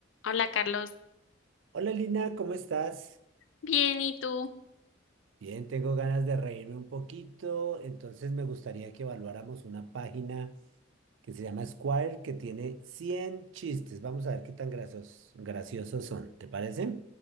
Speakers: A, on the left; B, on the right.
A: Hola Carlos,
B: Hola Lina, ¿cómo estás?
A: bien, ¿y tú?
B: Bien, tengo ganas de reírme un poquito, entonces me gustaría que evaluáramos una página que se llama Squire que tiene 100 chistes. Vamos a ver qué tan grasos- graciosos son, ¿te parece?